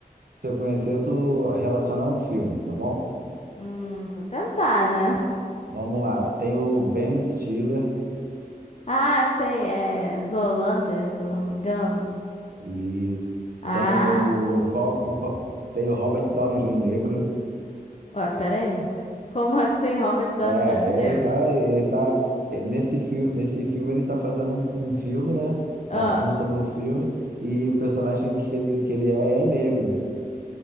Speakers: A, on the right (about 75°); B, on the left (about 45°).
A: conhecer, tu relaciona a um filme, tá bom?
B: Hum, vou tentar, né?
A: Vamos lá. Tem o Ben Stiller.
B: Ah, sei, é Zoolander, se eu não me engano.
A: Isso.
B: Ah,
A: Tem o, Rob... <laughs> tem o Robert Downey Jr. negro.
B: ué, peraí. <laughs> Como assim, Robert Downey
A: É,
B: Jr. negro?
A: ele tá, ele tá nesse filme, nesse filme ele tá fazendo um, um filme, né?
B: Ah,
A: É um filme sobre um filme e o personagem que ele, que ele é é negro,